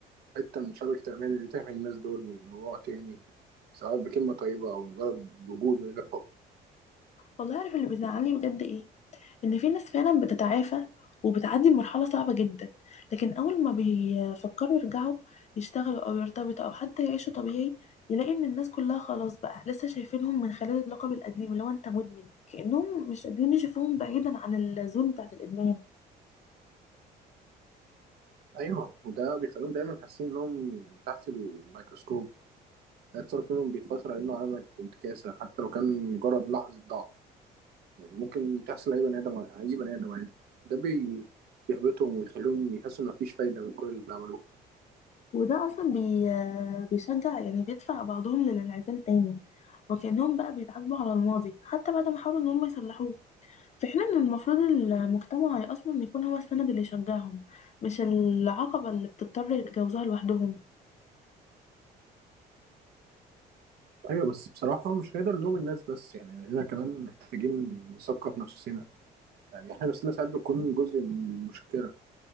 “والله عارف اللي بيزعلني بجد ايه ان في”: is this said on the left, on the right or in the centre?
Left